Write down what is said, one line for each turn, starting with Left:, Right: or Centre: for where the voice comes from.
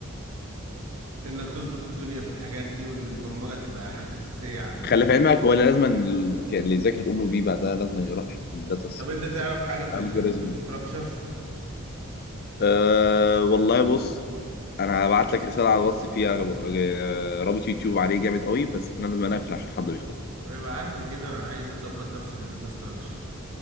Right: في انك تظبط الدنيا في الحاجات دي وان البرمجة تبقى حاجة اساسية عندك
Left: خلي
Right: يعني
Left: في علمك هو لازم ال- اللي يذاكر او بي بعدها لازم يروح حته الداتا ستراكشر
Right: طب انت تعرف حاجة
Left: والالجوريزم
Right: في ال في الداتا ستراكشر
Left: أه والله بص انا هبعت لك رساله على الواتس فيها آه، رابط يوتيوب عليه جامد قوي بس انا لازم اقفل عشان حد بيخبط
Right: ابعت لي كده انا عايز اظبط نفسي في الداتا ستراكشر